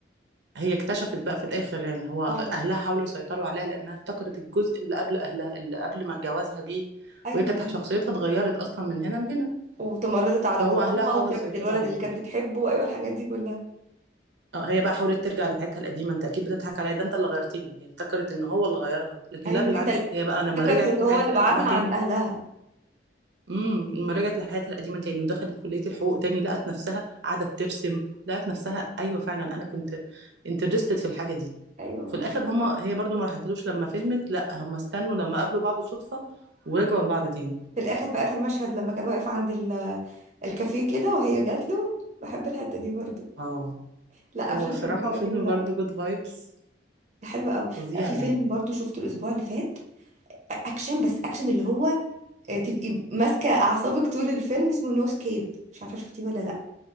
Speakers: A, on the right (about 75°); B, on the right (about 40°).
A: هي اكتشفت بقى في الاخر يعني هو
B: اه
A: اهلها حاولوا يسيطروا عليها لانها افتكرت الجزء اللي قبل اهلها اللي قبل ما جوازها بيه
B: ايوه
A: وهي كانت
B: ايوه
A: شخصيتها اتغيرت اصلا من هنا لهنا
B: وتمردت على
A: فهو
B: باباها
A: اهلها حاولوا
B: وسابت
A: يسيطروا
B: الولد
A: عليهم
B: اللي كانت بتحبه ايوه الحاجات دي كلها
A: اه هي بقى حاولت ترجع لحياتها القديمه انت اكيد بتضحك عليا ده انت اللي غيرتني هي افتكرت ان هو اللي غيرها لكن
B: ايوه
A: لا بالعكس
B: انت اللي-
A: هي بقى لما
B: افتكرت
A: رجعت
B: ان هو
A: لحياتها
B: اللي بعدها
A: القديمه تاني
B: عن اهلها
A: امم لما رجعت لحياتها القديمه تاني ودخلت كليه الحقوق تاني لقت نفسها قاعده بترسم لقت نفسها ايوه فعلا انا كنت انترستد في الحاجه دي
B: ايوه
A: في الاخر هما هي برضو ما راحتلوش لما فهمت لا هما استنوا لما قابلوا بعض صدفة ورجعوا لبعض تاني
B: في الاخر في اخر مشهد لما كان واقف عند ال- الكافيه كده وهي جات له بحب الحته دي برضو
A: اه
B: لا
A: هو
B: افلام
A: بصراحة
B: كانت بتبقى
A: فيلم
B: جميله
A: برضو
B: قوي
A: جود فايبس
B: حلوه قوي
A: فظيع
B: لا في
A: يعني
B: فيلم برضو شفته الاسبوع اللي فات اكشن بس اكشن اللي هو آه، تبقي ماسكه اعصابك طول الفيلم اسمه نو سكيب مش عارفه شفتيه ولا لا